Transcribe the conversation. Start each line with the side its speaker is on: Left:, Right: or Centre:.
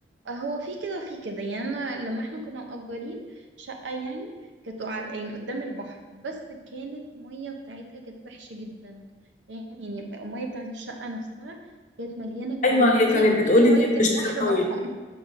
Right: هو في كده وفي كده يعني انا لما احنا كنا مأجرين شقة يعني كانت على يعني قدام البحر بس كانت مية بتاعتها كانت وحشة جدا يعني المية بتاعت الشقة نفسها كانت مليانة
Left: ايوه
Right: كلور انتي
Left: هي كانت بتقولي
Right: بتيجي مية
Left: ان هي بتشتري
Right: البحر
Left: ميه
Right: ارحم <laughs>